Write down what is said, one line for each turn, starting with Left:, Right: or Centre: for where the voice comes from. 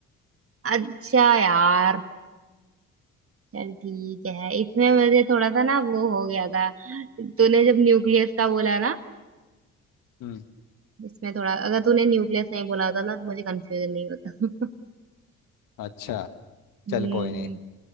Right: अच्छा यार चल ठीक है इसमें मुझे थोड़ा सा ना वो हो गया था तूने जब न्यूक्लियस का बोला ना
Left: हम्म
Right: इसमें थोड़ा अगर तूने न्यूक्लियस नहीं बोला होता ना तो मुझे कंफ्यूजन नहीं होता <laughs>
Left: अच्छा
Right: हम्म
Left: चल कोई नहीं